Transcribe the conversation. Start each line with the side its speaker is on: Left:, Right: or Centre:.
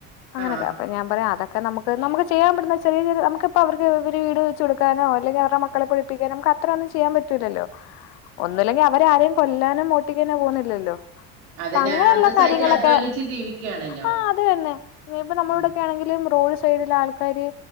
Left: അങ്ങെനൊക്കെ
Right: ആഹ്
Left: അപ്പ ഞാൻ പറയ് അതക്കെ നമു നമുക്ക് ചെയ്യാൻ പറ്റുന്ന ചെറിയ ചെറിയ നമുക്കിപ്പോ അവർക്ക് ഒരു വീട് വെച്ച് കൊടുക്കാനോ അല്ലെങ്കിൽ ത്ര മക്കളെ പഠിപ്പിക്കാനും നമുക്ക്‌ അത്ര ഒന്നും ചെയ്യാൻ പറ്റൂലല്ലോ ഒന്നുല്ലെങ്കി അവരാരെം കൊല്ലാനും മോടിക്കാനോ പോന്നില്ലല്ലോ
Right: അതന്നെ
Left: പങ്ങെനൊള്ള
Right: അന്തസ്സായിട്ട്
Left: കാര്യങ്ങളൊക്കെ
Right: അധ്വാനിച്ച് ജീവിക്കുകയാണല്ലോ
Left: ആഹ് അത് തന്നെ ഇനീപ്പ നമ്മളിവ്ടെ
Right: ഉം
Left: ഒക്കെ ആണെങ്കിലും റോഡ് സൈഡിൽ ആൾക്കാര്